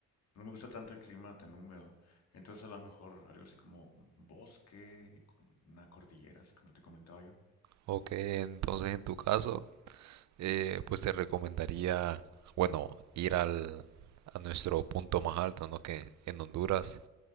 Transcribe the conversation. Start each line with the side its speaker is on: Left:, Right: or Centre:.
Left: no me gusta tanto el clima tan húmedo. Entonces a lo mejor algo así como un bosque, y con una cordillera, así como te comentaba yo,
Right: Ok, entonces en tu caso... eh, pues te recomendaría, bueno, ir al, a nuestro punto más alto, ¿no? Que en Honduras